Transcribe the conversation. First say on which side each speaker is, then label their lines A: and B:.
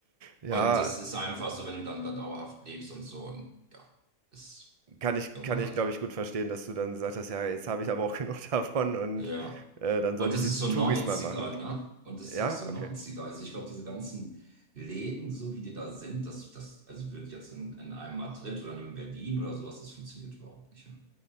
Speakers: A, on the right; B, on the right.
A: Ja,
B: Und das ist einfach so, wenn du dann da dauerhaft lebst und so und ja, ist
A: kann ich,
B: irgendwann
A: kann ich,
B: hast.
A: glaube ich, gut verstehen, dass du dann gesagt hast, ja, jetzt habe ich aber auch genug <laughs> davon und
B: Ja.
A: äh, dann soll
B: Und
A: ich
B: das
A: die
B: ist so
A: Touris
B: 90er,
A: mal machen.
B: ne? Und das ist
A: Ja,
B: auch so 90er.
A: okay.
B: Also ich glaube, diese ganzen Läden, so wie die da sind, das, das also wird jetzt in, in einem Madrid oder einem Berlin oder sowas, das funktioniert überhaupt nicht. Ja.